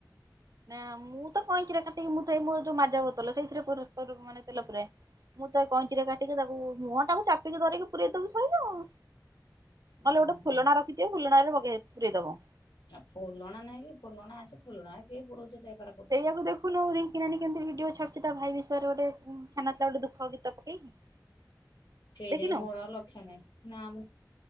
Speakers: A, on the right; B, on the left.
A: ନା ମୁଁ ତ କଇଁଚିରେ କାଟିକି ମୁଁ ତ ଏଇ ମୋର ଯୋଉ ମାଜା ବୋତଲ ସେଇଥିରେ ପୂର ପୂରୁ ମାନେ ତେଲ ପୂରାଏ। ମୁଁ ତ ଏଇ କଇଁଚିରେ କାଟିକି ତାକୁ ମୁଁହ ଟାକୁ ଚାପିକି ଧରିକି ପୁରଇ ଦୋବୁ ସଇଲା ଆଉ। ନହେଲେ
B: ଓହୋ।
A: ଗୋଟେ ଫୁଲଣା ରଖିଦିଅ ଫୁଲଣାରେ ପକେ ପୁରଇ ଦବ।
B: ଆ ଫୁଲଣା ନାଇଁ କି ଫୁଲଣା ଅଛି ଫୁଲଣା କିଏ ପୁରୋଉଚି ଏତେ ବେପାର କରୁଛି।
A: ସେଇଆକୁ ଦେଖୁନୁ ରିଙ୍କି ନାନୀ କେମିତି ଭିଡିଓ ଛାଡୁଚି ତା ଭାଇ ବିଷୟରେ ଗୋଟେ ଛାଡି ନଥିଲା ଗୋଟେ ଦୁଃଖ ଗୀତ ପକେଇକି।
B: କେଜାଣି
A: ଦେଖିନୁ
B: ମୋର ଆଉ ଲକ୍ଷ ନାହିଁ। ନା ମୁଁ